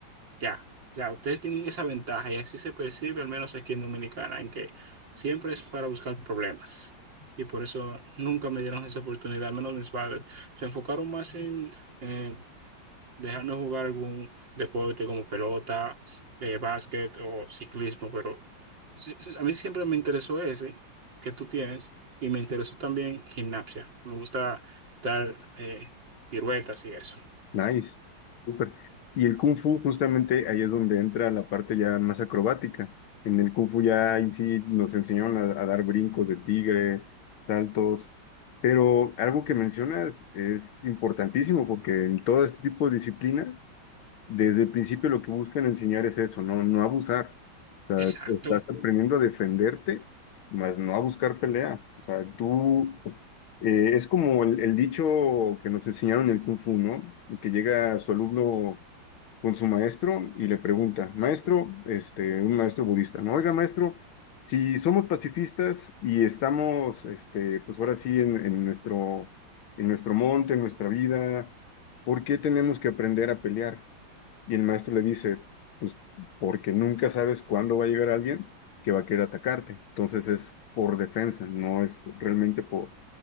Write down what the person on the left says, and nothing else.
Nice, súper. Y el Kung Fu, justamente ahí es donde entra la parte ya más acrobática. En el Kung Fu ya ahí sí nos enseñaron a, a dar brincos de tigre, saltos. Pero algo que mencionas es importantísimo porque en todo este tipo de disciplinas desde el principio lo que buscan enseñar es eso, no, no abusar. O sea,
estás aprendiendo a defenderte, más no a buscar pelea. O sea, tú, eh, es como el, el dicho que nos enseñaron en el Kung Fu, ¿no? Y que llega su alumno con su maestro y le pregunta, maestro, este, un maestro budista, ¿no? Oiga, maestro, si somos pacifistas y estamos, este, pues ahora sí, en, en nuestro, en nuestro monte, en nuestra vida, ¿por qué tenemos que aprender a pelear? Y el maestro le dice, pues porque nunca sabes cuándo va a llegar alguien que va a querer atacarte. Entonces es por defensa, no es realmente por,